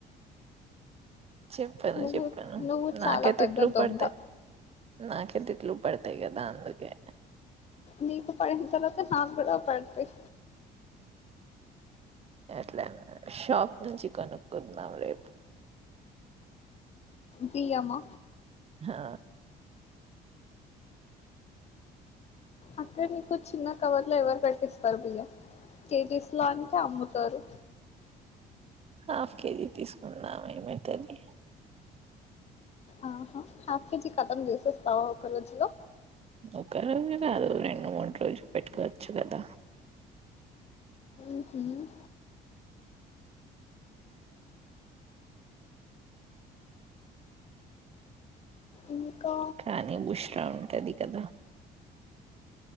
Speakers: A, on the right; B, on the left.
A: చెప్పను
B: నువ్వు
A: చెప్పు
B: నువ్వు
A: నాకే
B: చాలా
A: తిట్లు
B: పెద్ద దొంగ
A: పడతాయి నాకే తిట్లు పడతాయి కదా అందుకే
B: నీకు పడిన తర్వాత హ నాకు కూడా పడతాయి
A: ఎట్లానయి షాప్ నుంచి కొనుకున్నాం రేపు
B: బియామ్మా
A: హా
B: అక్కే నీకు చిన్న కవర్ లో ఎవరు కట్టిస్తారు బియ్యం కేజీస్ లో అంటే అమ్ము తారు
A: హాఫ్ కేజీ తీసుకున్నామ ఏమైతది
B: ఆహా హాఫ్ కేజీ కతం చేసేస్తావా ఒక రోజులో
A: ఒక రోజు కాదు రెండు మూడు రోజులు పెట్టుకోవచ్చు కదా
B: ఊహూ ఇంకా
A: కానీ బుష్రా ఉంటది కదా